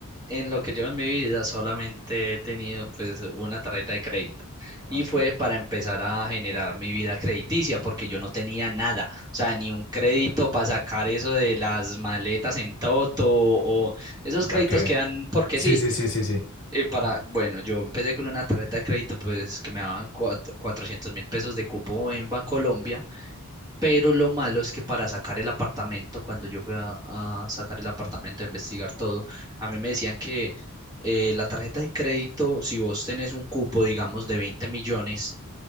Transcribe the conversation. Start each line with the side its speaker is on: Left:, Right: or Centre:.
Right: en lo que llevo en mi vida solamente he tenido pues una tarjeta de crédito
Left: Ok,
Right: y fue para empezar a generar mi vida crediticia porque yo no tenía nada, o sea, ni un crédito para sacar eso de las maletas en Toto o esos
Left: ok.
Right: créditos que dan porque
Left: Sí,
Right: sí.
Left: sí, sí, sí, sí.
Right: Eh, para, bueno, yo empecé con una tarjeta de crédito pues que me daban cuatro, 400 mil pesos de cupo en Bancolombia Pero lo malo es que para sacar el apartamento, cuando yo fui a, a sacar el apartamento, a investigar todo, a mí me decían que eh, la tarjeta de crédito, si vos tenés un cupo, digamos, de 20 millones,